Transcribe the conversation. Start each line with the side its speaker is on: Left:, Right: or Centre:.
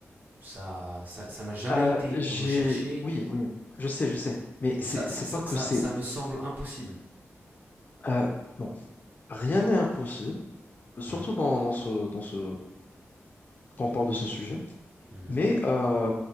Right: Ça ça ça n'a jamais
Left: Euh,
Right: été
Left: j'ai,
Right: recherché
Left: oui, oui, je sais, je sais. Mais
Right: et
Left: c'est
Right: ça ça,
Left: c'est pas que
Right: ça,
Left: c'est.
Right: ça me semble impossible.
Left: euh, bon, rien n'est impossible. surtout
Right: Mhm,
Left: dans, dans ce, dans ce, quand on parle de ce sujet.
Right: mhm,
Left: Mais euh,